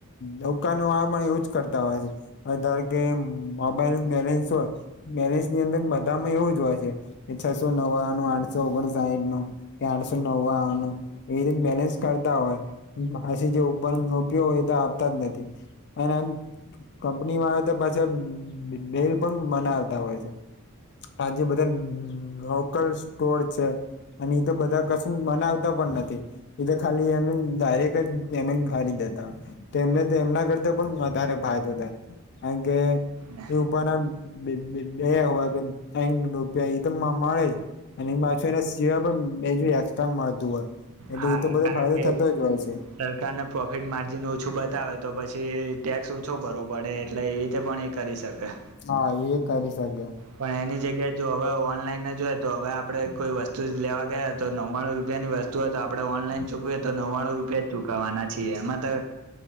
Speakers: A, on the left; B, on the right.
A: દકા ન આ પણ એજ કરતા હોય છે. અ ધાર કે મોબાઈલ બેલેન્સ હોય. બેલીસ ની અંદર બધામાં એવું જ હોય છે, છસો નવા નું આઠસો ઓગણ સાહીઠ નુ કે આઠસો નવ્વા ન એ રીતે બેલેન્સ કરતા હોય. પાછી જે ઉપર ઉપયોગ હોય એ તો આપતા જ નથી અને કપની વા આવે તો પાછા બલ પણ બનાવતા હોય છે. આજે બધા લોકલ સ્ટોર છે. અને એ તો બધા કશું બનાવતા પણ નથી. એ તો ખાલી એમને ડાયરેક જ એમ ખરી દેતા. મને તો એમના કરતા પણ વધારે ફાયદો થાય, કાર કે
B: ને
A: એભા નામ બે કે રૂપિયા એ ત મળે જ અને માછુ એના સિવા પણ એજ એક્સ્ટ્રા મળતુ હોય એટલે
B: હા
A: એતો બધો
B: કારણ
A: ફાયદો
B: કે
A: થતો જ હોય છે.
B: સરકારને પ્રોફિટ માર્જિન ઓછું બતાવે તો પછી ટેક્સ ઓછો ભરવો પડે એટલે એવી રીતે પણ એક કરી શકે
A: હા એ કરી શકે
B: પણ એની જગ્યાએ જો હવે ઓનલાઈન જોય, તો હવે આપડે કોઈ વસ્તુ જ લેવા ગયા તો નવ્વાણું રૂપિયા ની વસ્તુ હોય તો આપડણે ઓનલાઈન ચૂકવીએ તો નવ્વાણું રૂપિયા જ ચુકવાના છીએ, એમા તો